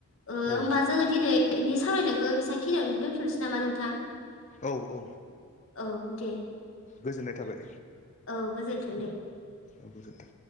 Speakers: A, on the left (about 60°); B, on the left (about 35°).
A: होनबा
B: औ
A: जोङो दिनैनि सावरायनायखौ बेसेबांखिनियावनो दोनथ'नोसै नामा नोंथां
B: औ औ
A: औ दे
B: गोजोननाय थाबाय
A: औ गोजोन्थों दे
B: आगु जथा